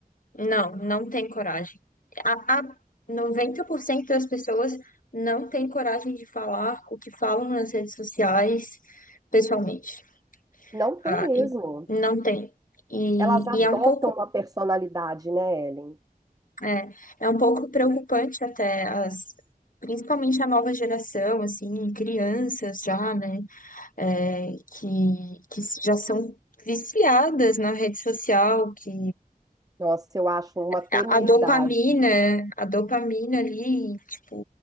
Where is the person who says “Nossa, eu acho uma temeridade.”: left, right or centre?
Right